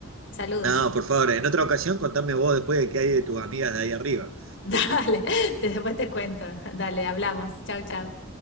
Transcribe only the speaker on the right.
No, por favor, en otra ocasión contame vos después de qué hay de tus amigas de ahí arriba.